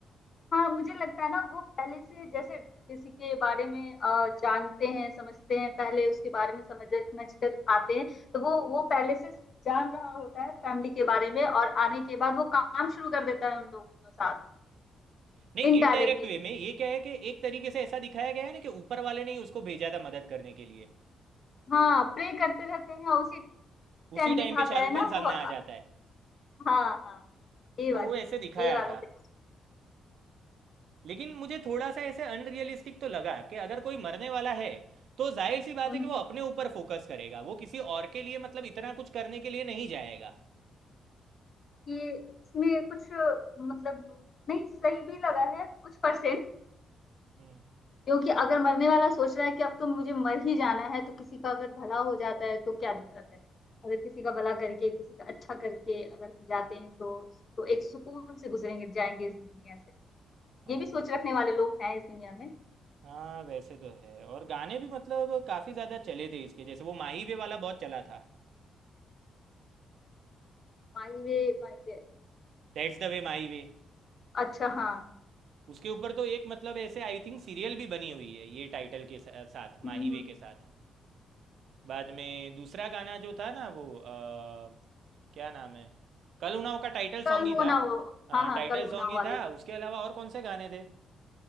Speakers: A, on the left; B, on the right.
A: हाँ मुझे लगता है ना वो पहले से जैसे किसी के बारे में अ, जानते हैं समझते हैं पहले उसके बारे में समझ समझ कर आते हैं तो वो वो पहले से जान रहा होता है फैमिली के बारे में और आने के बाद वो काम शुरू कर देता है उन लोगों के साथ
B: नहीं
A: इनडायरेक्टली
B: इनडायरेक्ट वे में ये क्या है कि एक तरीके से ऐसा दिखाया गया है ना कि ऊपर वाले ने ही उसको भेजा था मदद करने के लिए
A: हाँ प्रे करते रहते हैं और उसी टाइम
B: उसी
A: दिखाता
B: टाइम पे शाहरुख
A: है ना
B: खान
A: वो
B: सामने आ जाता है
A: हाँ हाँ ये
B: तो
A: वाली
B: वो ऐसे दिखाया
A: ये वाला
B: था
A: सही
B: लेकिन मुझे थोड़ा सा ऐसे अनरियलिस्टिक तो लगा कि अगर कोई मरने वाला है तो जाहिर सी बात
A: हम्म,
B: है कि
A: हम्म,
B: वो अपने ऊपर फोकस करेगा वो किसी और के लिए मतलब इतना कुछ करने के लिए नहीं जाएगा
A: ये इसमें कुछ मतलब नहीं सही भी लगा है कुछ परसेंट
B: हम्म,
A: क्योंकि अगर मरने वाला सोच रहा है कि अब तो मुझे मर ही जाना है तो किसी का अगर भला हो जाता है तो क्या दिक्कत है अगर किसी का भला करके किसी का अच्छा करके अगर हम जाते हैं तो तो एक सुकून से गुजरेंगे जाएंगे इस दुनिया से
B: हाँ
A: ये भी सोच रखने वाले लोग हैं इस दुनिया में
B: हाँ वैसे तो है और गाने भी मतलब काफ़ी ज़्यादा चले थे इसके जैसे वो माही वे वाला बहुत चला था
A: माही वे माही वे
B: दैट्स द वे माही वे
A: अच्छा हाँ
B: उसके ऊपर तो एक मतलब ऐसे आई थिंक सीरियल भी बनी हुई है ये टाइटल के सा- साथ
A: हम्म
B: माही
A: हम्म।
B: वे के साथ बाद में दूसरा गाना जो था ना वो अ, क्या नाम है कल उनाव का टाइटल
A: कल
B: सॉन्ग ही
A: हो
B: था
A: ना हो
B: अ,
A: हाँ हाँ
B: टाइटल
A: कल हो
B: सॉन्ग
A: ना हो
B: ही
A: वाले
B: था उसके अलावा और कौन से गाने थे